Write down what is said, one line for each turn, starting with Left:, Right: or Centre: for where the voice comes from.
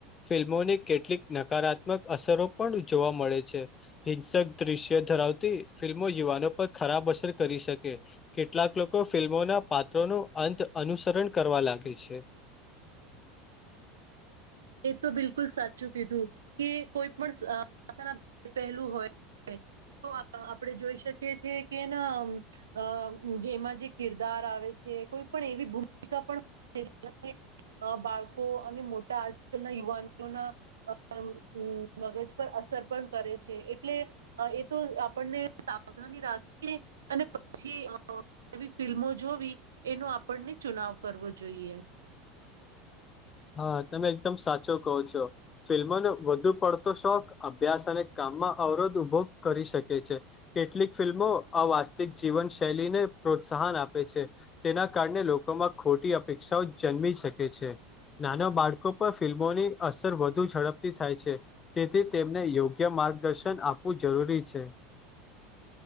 Left: ફિલ્મોને કેટલીક નકારાત્મક અસરો પણ જોવા મળે છે, હિંસક દ્રશ્ય ધરાવતી ફિલ્મો યુવાનો પર ખરાબ અસર કરી શકે કેટલાક લોકો ફિલ્મોના પાત્રો નો અંત અનુસરણ કરવા લાગે છે. <inaudible>
Right: એ તો બિલકુલ સાચું કીધું કે કોઈ પણ અ ભાષા પહેલું હોય. <inaudible> તો આપડે જોઈ શકીએ છેએ કે ના અ અ જેમાં જે કિરદાર આવે છે. કોઈ પણ એવી ભૂમિકા પણ ભજવે જ્યારે બાળકો અને મોટા. નઈ યુવાનીઓના અ ઉ મગજ પર અસર પણ કરે છે એટલે એ તો આપણને સાવધાની રાખીએ. અને પછી અ અ એવી ફિલ્મો જોવી એનો આપણને ચુનાવ કરવો જોઈએ.
Left: હા તમે એકદમ સાચો કહો છો ફિલ્મોને વધુ પડતો શોખ અભ્યાસ અને કામ. અવરોધ ઉભો કરી શકે છે, કેટલીક ફિલ્મો અવાસ્તિક જીવન શૈલીને પ્રોત્સાહન આપે છે, તેના કારણે લોકોમાં ખોટી અપેક્ષાઓ જન્મી શકે છે. નાના બાળકો પર ફિલ્મોની અસર વધુ ઝડપથી થાય છે, તેથી તેમને યોગ્ય માર્ગદર્શન આપવું જરૂરી છે.